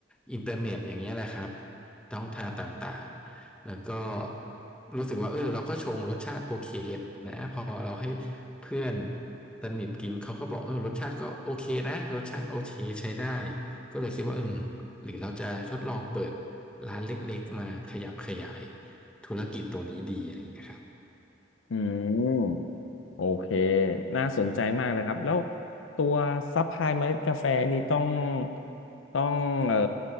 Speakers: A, in the centre; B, on the left.
A: อินเทอร์เน็ตอย่างเงี้ยแหละครับต้องทางต่างๆแล้วก็รู้สึกว่าเออเราก็ชงรสชาติโอเคนะพอเราให้เพื่อนสนิทกินเขาก็บอกเออรสชาติก็โอเคนะรสชาติโอเคใช้ได้ ก็เลยคิดว่าอืมหรือเราจะทดลองเปิดร้านเล็กๆมาขยับขยายธุรกิจตัวนี้ดีอะไรอย่างเงี้ยครับ
B: อืม โอเคน่าสนใจมากเลยครับ แล้วตัวซัพพลายเมล็ดกาแฟนี่ต้องต้องเอ่อ